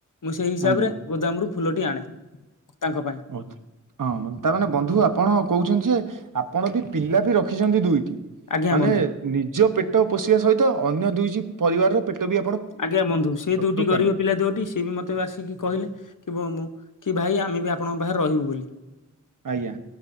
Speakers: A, on the left (about 75°); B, on the right (about 75°).
A: ମୁଁ ସେଇ ହିସାବରେ
B: ଆଜ୍ଞା
A: ଗୋଦାମରୁ ଫୁଲଟି ଆଣେ। ତାଙ୍କ ପାଇଁ
B: ହଁ ତା ମାନେ ବନ୍ଧୁ ଆପଣ କହୁଛନ୍ତି ଯେ ଆ ଆପଣ ବି ପିଲା ବି ରଖିଚନ୍ତି ଦୁଇଟି
A: ଆଜ୍ଞା
B: ମାନେ
A: ବନ୍ଧୁ।
B: ନିଜ ପେଟ ପୋଷିବା ସହିତ ଅନ୍ୟ ଦୁଇଟି ପରିବାରର ପେଟ ବି
A: ଆଜ୍ଞା ବନ୍ଧୁ ସେ ଦୁଇଟି
B: ଦୋକାନରୁ
A: ଗରିବ ପିଲା ଦୋଟି ସିଏ ବି ମତେ ବି ଆସିକି କହିଲେ କି ଭ-ମ-ଭାଇ ଆମେ ବି ଆପଣଙ୍କ ପାଖରେ ରହିବୁ ବୋଲି।
B: ଆଜ୍ଞା